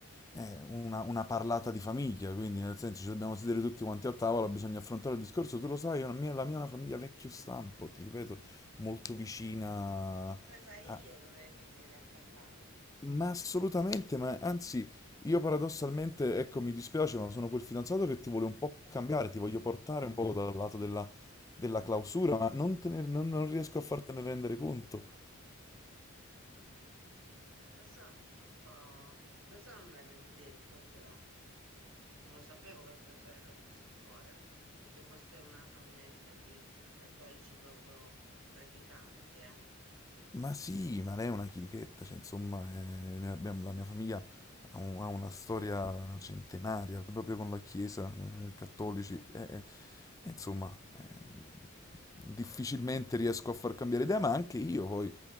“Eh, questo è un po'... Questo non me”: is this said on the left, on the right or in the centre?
Right